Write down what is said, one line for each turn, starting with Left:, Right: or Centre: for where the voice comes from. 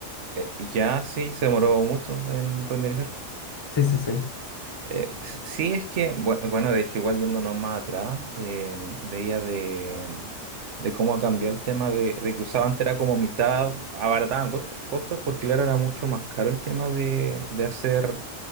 Right: eh, ya sí se demoró mucho en renderizar.
Left: Sí, sí, sí.
Right: Eh, s- sí, es que, bue- bueno, de hecho, igual yéndonos más atrás, em, veía de, de cómo ha cambiado el tema de, de que usaban antes era como mitad, abarataban costo- costos porque claro, era mucho más caro el tema de, de hacer